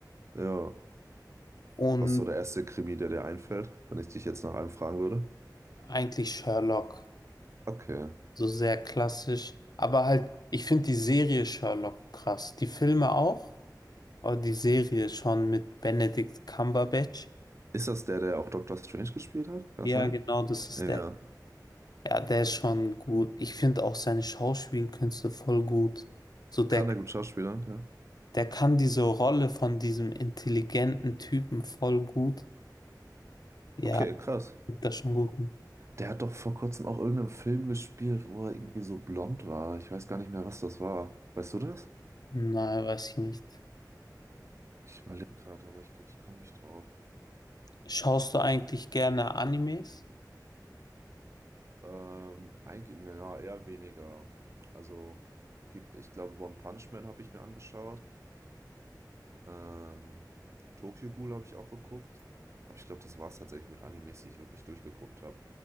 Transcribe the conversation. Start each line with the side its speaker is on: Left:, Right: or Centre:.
Right: Ja.
Left: und
Right: Was ist so der erste Krimi, der dir einfällt, wenn ich dich jetzt nach einem fragen würde?
Left: eigentlich Sherlock.
Right: Okay.
Left: So sehr klassisch. Aber halt, ich finde die Serie Sherlock krass. Die Filme auch, aber die Serie schon mit Benedict Cumberbatch.
Right: Ist das der, der auch Doctor Strange gespielt hat? Kann das
Left: Ja,
Right: sein?
Left: genau, das ist
Right: Ja.
Left: der. Ja, der ist schon gut. Ich finde auch seine Schauspielkünste voll gut. So der,
Right: Kann der gut schauspielern? Ja.
Left: der kann diese Rolle von diesem intelligenten Typen voll gut. Ja,
Right: Okay, krass.
Left: gibt das schon gut.
Right: Der hat doch vor kurzem auch irgendeinen Film gespielt, wo er irgendwie so blond war. Ich weiß gar nicht mehr, was das war. Weißt du das?
Left: Nein, weiß ich nicht.
Right: Ich überlege gerade, aber ich, ich komme nicht drauf.
Left: Schaust du eigentlich gerne Animes?
Right: Ähm, eigentlich, naja, eher weniger. Also, gibt, ich glaube, One Punch Man habe ich mir angeschaut. Ähm, Tokyo Ghoul habe ich auch geguckt. Aber ich glaube, das war es tatsächlich mit Animes, die ich wirklich durchgeguckt habe.